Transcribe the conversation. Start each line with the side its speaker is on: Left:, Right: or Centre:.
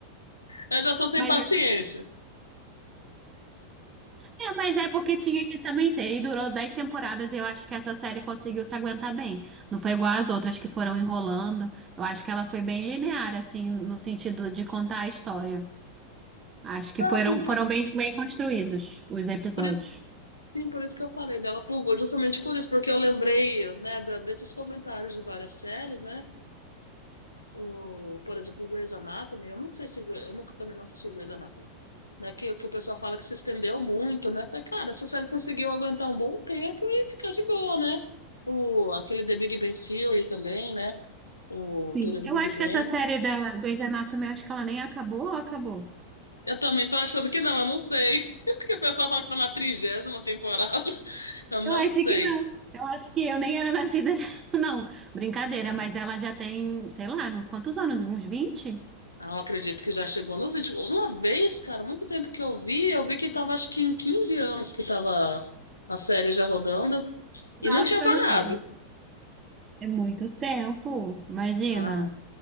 Left: Eu já sou sem
Right: Mas
Left: paciência.
Right: é, É, mas é porque tinha que também ser. E durou 10 temporadas. e Eu acho que essa série conseguiu se aguentar bem. Não foi igual às outras que foram enrolando. Eu acho que ela foi bem linear, assim, no sentido de contar a história. Acho que
Left: Não,
Right: foram,
Left: assim, por,
Right: foram bem, bem construídos os episódios.
Left: por isso, sim, por isso que eu falei dela por Vô, justamente por isso, porque eu lembrei, né, da- desses comentários de várias séries, né? O, por exemplo, o Grey's Anatomy, eu não sei se Grey- eu nunca também não assisti Grey's Anatomy, né? Que, que o pessoal fala que se estendeu muito, né? Eu Falei, cara, essa série conseguiu aguentar um bom tempo e ficar de boa, né? O, aquele The Big Bang Theory também, né? O
Right: Sim.
Left: Teoria do
Right: Eu
Left: Big
Right: acho
Left: Bang.
Right: que essa série da Grey's Anatomy, eu acho que ela nem acabou ou acabou?
Left: Eu também tô achando que não, eu não sei. <laughs> Porque o pessoal fala que tá na trigésima temporada. Eu não
Right: Eu acho
Left: sei.
Right: que não. Eu acho que eu nem era nascida. já- <laughs> Não, brincadeira,
Left: Cara,
Right: mas ela já tem, sei lá, quantos anos? Uns vinte?
Left: Ah, eu acredito que já chegou nos 20. Uma vez, cara, muito tempo que eu vi, eu vi que tava acho que em 15 anos que tava a série já rodando
Right: Nossa,
Left: e não tinha parado.
Right: É, É muito tempo, imagina.
Left: Ah,